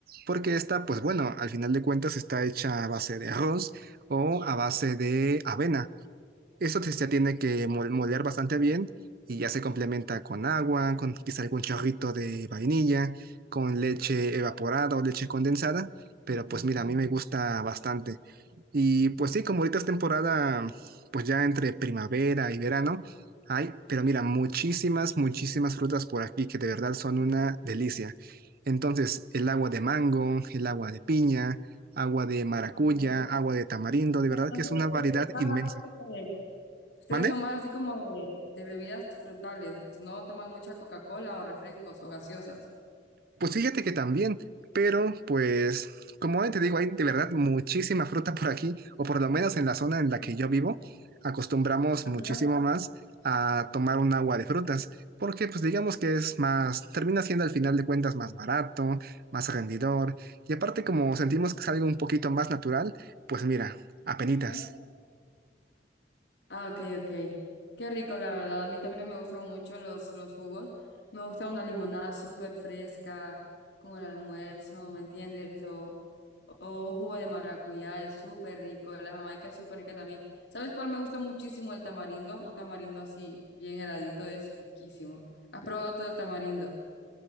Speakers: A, on the right; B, on the left.
A: porque esta, pues bueno, al final de cuentas está hecha a base de arroz o a base de avena. Eso te- se tiene que mol- moler bastante bien y ya se complementa con agua, con quizá algún chorrito de vainilla, con leche evaporada o leche condensada, pero pues mira, a mí me gusta bastante. Y pues sí, como ahorita es temporada, pues ya entre primavera y verano, hay, pero mira, muchísimas, muchísimas frutas por aquí que de verdad son una delicia. Entonces, el agua de mango, el agua de piña, agua de maracuya,
B: Ajá.
A: agua de tamarindo, de
B: Entonces
A: verdad que es una variedad
B: ustedes son más
A: inmensa.
B: así como, ustedes
A: ¿Mande?
B: son más así como de, de bebidas frutales, no toman mucha Coca-Cola o refrescos o gaseosas.
A: Pues fíjate que también, pero pues como te digo, hay de verdad muchísima fruta por aquí, o por lo menos en la zona en la
B: ¿no?
A: que yo vivo, acostumbramos
B: Ajá,
A: muchísimo más a tomar un agua de frutas, porque pues digamos que es más, termina siendo al final de cuentas más barato, más rendidor, y aparte como sentimos que es algo un poquito más natural, pues mira, apenitas.
B: sí. Ah, ok, ok. Qué rico, la verdad. A mí también me gustan mucho los, los jugos. Me gusta una limonada súper fresca con el almuerzo, ¿me entiendes? O, o un jugo de maracuyá es súper rico. La jamaica es súper rica también. ¿Sabes cuál me gusta muchísimo? El tamarindo. Un tamarindo así, bien heladito, es riquísimo. ¿Has probado tú el tamarindo?